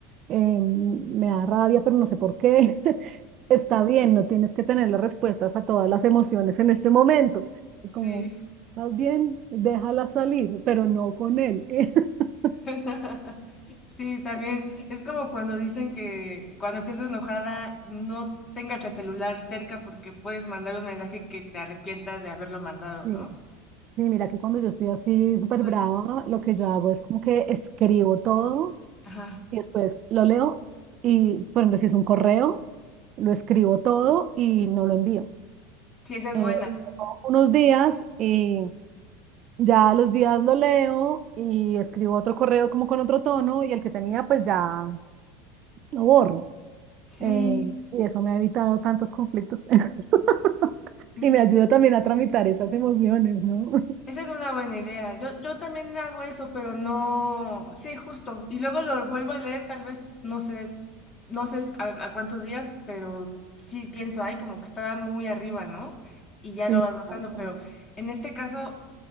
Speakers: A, on the right; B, on the left.
A: eh, me da rabia, pero no sé por qué. <laughs> Está bien, no tienes que tener las respuestas a todas las emociones en este momento.
B: Sí.
A: Como, más bien, déjala salir, pero no con él. <laughs>
B: <laughs> Sí, también es como cuando dicen que cuando estés enojada no tengas el celular cerca porque puedes mandar un mensaje que te arrepientas de haberlo mandado,
A: Sí.
B: ¿no?
A: Sí, mira que cuando yo estoy así súper
B: Ay,
A: brava, lo que yo hago es como que escribo todo
B: Ajá.
A: y después lo leo y, por ejemplo, si es un correo, lo escribo todo y no lo envío.
B: Sí, esa es
A: Eh,
B: buena.
A: unos días y ya a los días lo leo y escribo otro correo como con otro tono y el que tenía pues ya lo borro.
B: Sí,
A: Eh, y eso me ha evitado tantos conflictos <laughs>
B: mm,
A: y me ayuda también a tramitar
B: sí,
A: esas emociones, ¿no? <laughs>
B: esa es una buena idea. Yo, yo también hago eso, pero no, sí, justo. Y luego lo vuelvo a leer, tal vez, no sé, no sé a, a cuántos días, pero sí pienso, ay, como que estaba muy arriba, ¿no? Y ya
A: Sí,
B: lo vas bajando,
A: tal cual.
B: pero en este caso